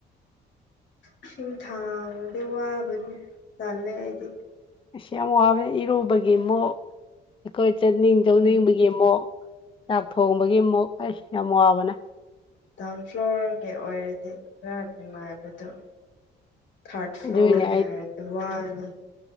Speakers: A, on the left; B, on the left.
A: ꯏꯁꯤꯡ ꯊꯥꯡꯉꯗꯤ ꯋꯥꯕꯅꯦ ꯇꯜꯂꯦ ꯑꯩꯗꯤ
B: ꯏꯁ ꯌꯥꯝ ꯋꯥꯕꯅ ꯏꯔꯨꯕꯒꯤ ꯑꯃꯨꯛ ꯑꯩꯈꯣꯏ ꯆꯠꯅꯤꯡ ꯆꯧꯅꯤꯡꯕꯒꯤ
A: ꯎꯝ
B: ꯒꯤ ꯑꯃꯨꯛ ꯆꯥꯛ ꯊꯣꯡꯕꯒꯤ ꯑꯃꯨꯛ ꯑꯩꯁ ꯌꯥꯝ ꯋꯥꯕꯅꯦ
A: ꯗꯥꯎꯟ ꯐ꯭ꯂꯣꯔꯒꯤ ꯑꯣꯏꯔꯗꯤ ꯈꯔ ꯅꯨꯡꯉꯥꯏꯕꯗꯣ ꯊꯔꯗ ꯐ꯭ꯂꯣꯔꯅꯦ
B: ꯑꯗꯨꯏꯅꯦ
A: ꯍꯥꯏꯔꯗꯤ ꯋꯥꯅꯤ